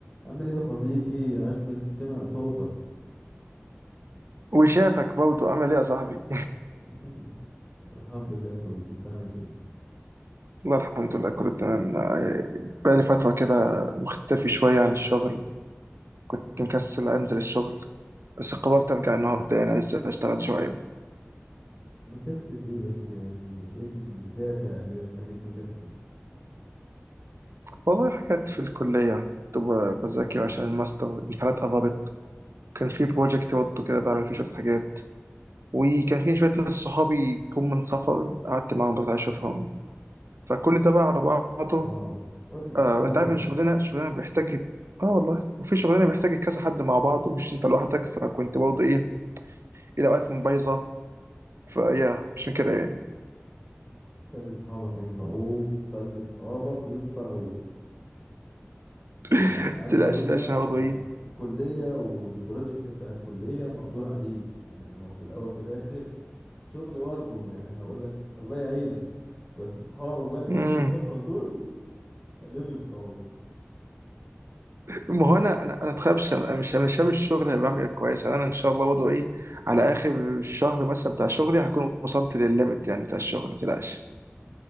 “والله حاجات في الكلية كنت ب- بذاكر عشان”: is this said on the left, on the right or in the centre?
Right